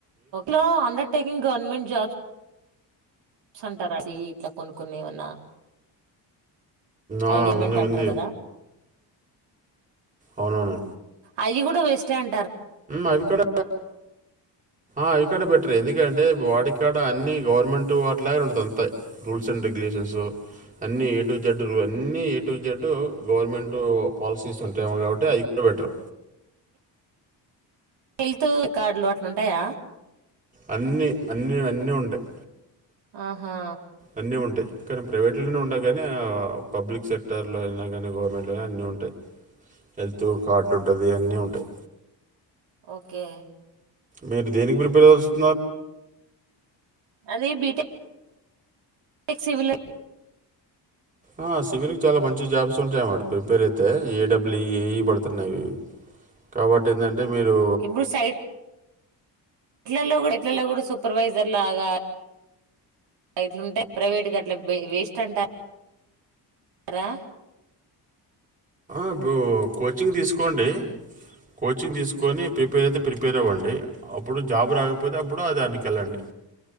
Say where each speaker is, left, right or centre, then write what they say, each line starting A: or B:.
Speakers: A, on the right; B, on the right.
A: లో అండర్ టేకింగ్ గవర్నమెంట్ జాబ్స్ స్ అంటారు సి ఇట్లా కొన్ని కొన్ని ఏమన్న
B: ఆ,
A: ఐడిమెంట్
B: ఉంది
A: అంటారు
B: ఉంది
A: కదా
B: అవునవును
A: అయి కూడ వేస్ట్ అం
B: అవి కూడ అవి కూడ బెటర్ ఎందుకంటే వాడికి ఇక్కడ అన్ని గవర్నమెంట్ వాటిలాగే ఉంటుంది అంతా రూల్స్ అండ్ రెగ్యులేషన్స్ అన్ని ఏటు జెడ్ అన్ని ఏటు జెడ్ గవర్నమెంట్ పాలసీ తీస్తుంటే ఏమో కాబట్టి అది కూడా బెటర్
A: హెల్త్ రికార్డులు అట్లా ఉంటాయ
B: అన్నీ అన్నీ అన్నీ ఉంటాయి
A: ఆహా
B: అన్నీ ఉంటాయి కానీ ప్రైవేట్లోనే ఉన్నా కానీ పబ్లిక్ సెక్టర్లో అయినా కానీ గవర్న అన్నీ ఉంటాయి హెల్త్ కార్డు ఉంటుంది అన్నీ ఉంటాయి
A: ఓకే
B: మీరు దేనికి ప్రిపేర్ అ
A: నాది బీటెక్ క్ సివిల్
B: ఆ సివిల్ కి చాలా మంచి జాబ్స్ ఉంటాయ అన్నమాట ప్రిపేర్ అయితే ఏడబ్ల ఏ ఇ పడుతున్నాయి కాబట్టి ఏంటంటే మీరు
A: ఇప్పుడు సైడ్ ఇలో ఇట్లలో కూడా సూపర్వైజర్ లాగా రైతులుంటే ప్రైవేటు గడ్ల వేస్ట్ అంటారు రా
B: ఇప్పుడు కోచింగ్ తీసుకోండి కోచింగ్ తీసుకొని ప్రిపేర్ అయితే ప్రిపేర్ అవ్వండి అప్పుడు జాబ్ రాకపోతే అప్పుడు అది దానికి వెళ్ళండి